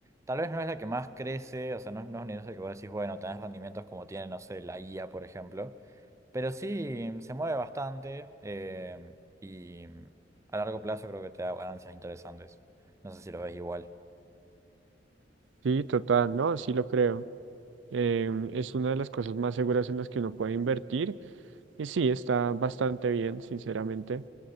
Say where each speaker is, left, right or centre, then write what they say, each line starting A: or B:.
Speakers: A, on the right (about 15°); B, on the right (about 80°).
A: tal vez no es la que más crece, o sea, no, es no es una industria que vos decís, bueno, tenés rendimientos como tiene, no sé, la IA, por ejemplo, pero sí se mueve bastante eh, y a largo plazo creo que te da ganancias interesantes. No sé si lo ves igual.
B: Sí, total, no, sí lo creo. Em, es una de las cosas más seguras en las que uno puede invertir y sí, está bastante bien, sinceramente.